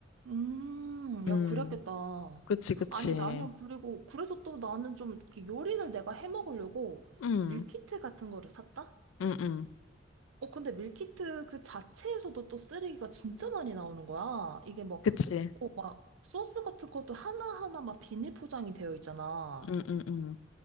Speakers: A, on the right; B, on the left.
A: 음,
B: 음,
A: 야, 그랬겠다.
B: 그치, 그치.
A: 아니, 나는 그리고, 그래서 또 나는 좀 이렇게 요리를 내가 해 먹으려고
B: 음,
A: 밀키트 같은 거를 샀다?
B: 음, 음.
A: 어, 근데 밀키트 그 자체에서도 또 쓰레기가 진짜 많이 나오는 거야. 이게 뭐,
B: 그치.
A: 어, 막, 소스 같은 것도 하나하나 막 비닐 포장이 되어 있잖아.
B: 음, 음, 음.